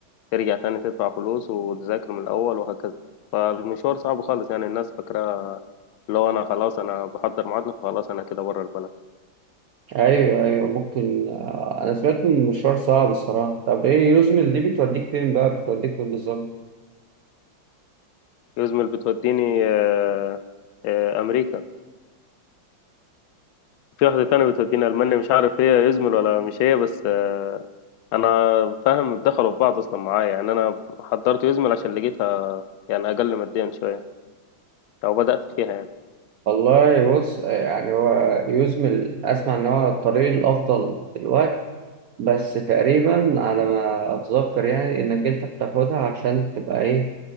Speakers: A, on the left (about 80°); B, on the right (about 75°).
A: ترجع تاني تدفع فلوس وتذاكر من الأول وهكذا فالمشوار صعب خالص يعني الناس فاكرة لو أنا خلاص أنا بحضر معادلة فخلاص أنا كده بره البلد
B: ايوه ايوه ممكن آه، انا سمعت ان المشوار صعب الصراحه طب ايه يوزمل دي بتوديك فين بقى بتوديك فين بالظبط
A: يزمل بتوديني آه، آه، أمريكا في واحدة تانية بتوديني ألمانيا مش عارف هي يزمل ولا مش هي بس آه، أنا فاهم دخلوا في بعض أصلا معايا يعني أنا حضرت يزمل عشان لقيتها يعني أقل ماديا شوية أو بدأت فيها يعني.
B: والله بص آه، يعني هو يوزمل اسمع ان هو الطريق الافضل دلوقتي بس تقريبا على ما اتذكر يعني انك انت بتاخدها عشان تبقى ايه